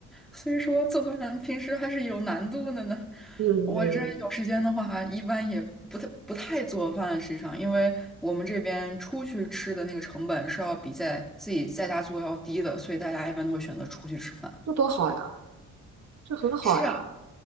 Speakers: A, in the centre; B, on the right (about 60°).
A: 所以说做饭平时还是有难度的呢。
B: 嗯，
A: 我这有时间的话，一般也不太不太做饭，实际上，因为我们这边出去吃的那个成本是要比在自己在家做要低的，所以大家一般都会选择出去吃饭。
B: 这多好呀！这很好呀，
A: 是啊，